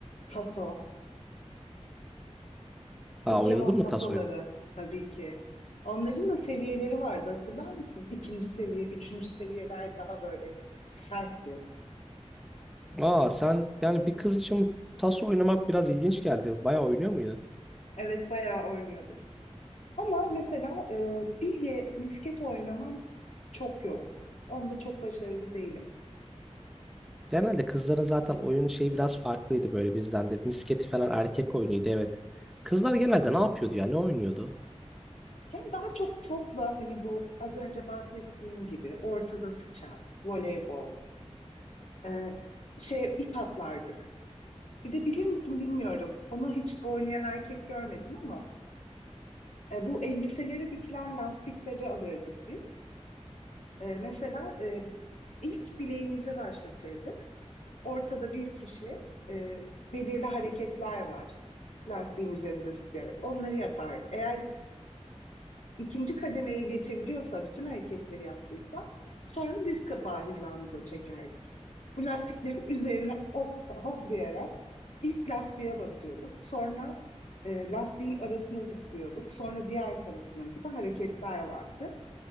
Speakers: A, on the left; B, in the centre.
A: Taso.
B: Ha
A: Pokemon
B: oynadın mı
A: tasoları
B: tas
A: tabii ki. Onların da seviyeleri vardı hatırlar mısın? İkinci seviye, üçüncü seviyeler daha böyle sertti.
B: Aa sen yani bir kız için taso oynamak biraz ilginç geldi. Bayağı oynuyor muydun?
A: Evet bayağı oynuyorduk. Ama mesela e, bilye, misket oynamam çok yok. Onda çok başarılı değilim.
B: Genelde kızların zaten oyunu şey biraz farklıydı böyle bizden de. Misketi falan erkek oyunuydu evet. Kızlar genelde ne yapıyordu ya? Ne oynuyordu?
A: Yani daha çok topla hani bu az önce bahsettiğim gibi ortada sıçan, voleybol, e, şey ip atlardık. Bir de bilir misin bilmiyorum. Onu hiç oynayan erkek görmedim ama E, bu elbiselere dikilen lastiklere alırdık biz. E, mesela e, ilk bileğimize başlatırdık. Ortada bir kişi e, belirli hareketler var lastiğin üzerinde zıplayarak. Onları yapardı. Eğer ikinci kademeye geçebiliyorsa, bütün hareketleri yaptıysa sonra diz kapağı hizamıza çekerdik. Bu lastiklerin üzerine hop, hoplayarak ilk lastiğe basıyorduk. Sonra e, lastiğin arasına zıplıyorduk. Sonra diğer tarafına gibi hareketler vardı.